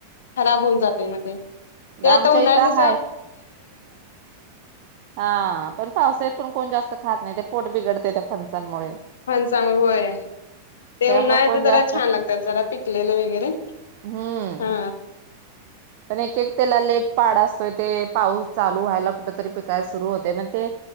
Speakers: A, on the left (about 65°); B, on the right (about 45°).
A: खराब होऊन जातय मग ते
B: आमच्या
A: आता उन्हाळ्याच
B: इथं हा पण पावसा्यात पण कोण जास्त खा पोट बिघडते त्या फनसांनमुळे
A: फणसान होय ते
B: त्यामुळे
A: उन्हाळ्याच
B: कोण जास्त
A: जरा छान लागतात जरा पिकलेलं वगैरे
B: हम्म
A: हा
B: पण एक एक त्याला लेट पाड असतोय ते पाऊस चालु व्हायला कुठतरी पी काल सुरू होते मग ते